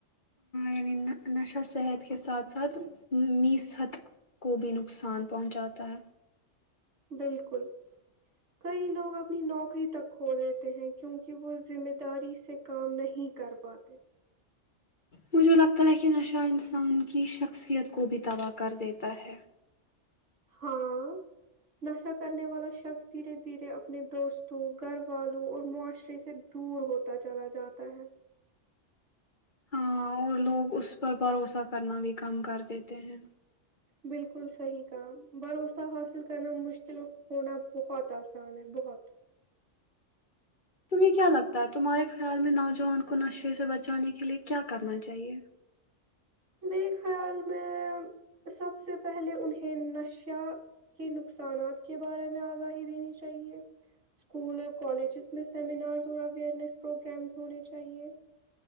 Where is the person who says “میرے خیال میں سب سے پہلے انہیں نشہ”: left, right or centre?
Right